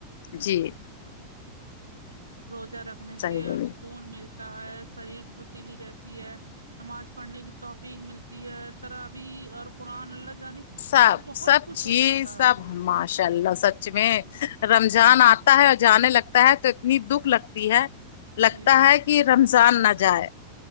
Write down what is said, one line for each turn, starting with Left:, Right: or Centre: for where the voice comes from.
Left: جی
Right: روزہ رکھنے
Left: صحیح
Right: سے
Left: بولی
Right: سکون مل تا ہے شریر پھرتیلی رہتی ہے نماز پڑھنے کی توفیق ملتی ہے ترابی اور قرآن اللہ جانے
Left: سب
Right: مطلب بہت
Left: سب
Right: کچھ
Left: چیز
Right: ہو جاتا
Left: سب
Right: ہے
Left: ماشاء اللہ سچ میں
Right: ہاں
Left: رمضان آتا ہے اور جانے لگتا ہے تو اتنی دکھ لگتی ہے لگتا
Right: جی
Left: ہے کہ رمضان نہ جائے